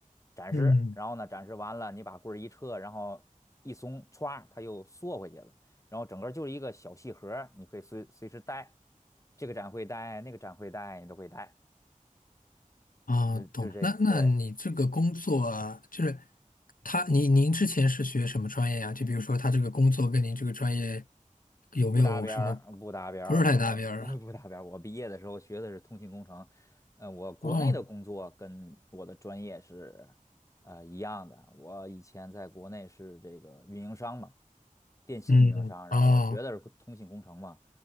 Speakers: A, on the left (about 20°); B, on the left (about 85°).
A: 展示，
B: 嗯。
A: 然后呢展示完了，你把棍儿一撤，然后一松，歘，它又缩回去了，然后整个就是一个小细盒儿你可以随随时带，这个展会带，那个展会带，你都可以带，
B: 啊，
A: 就是就是这个，
B: 懂。那那你这个工作啊，
A: 对。
B: 就是他，您您之前是学什么专业啊？就比如说他这个工作跟您这个专业有没有什么
A: 不搭边儿，不搭边儿，
B: 不是太搭边儿啊？
A: 我 <laughs> 不搭边儿。我毕业的时候学的是通信工程，呃，我国内的工作跟我的专业是
B: 哦，
A: 呃一样的。我以前在国内是这个运营商嘛，电信运营商，
B: 嗯，
A: 然后我学的是通信工程嘛，
B: 哦，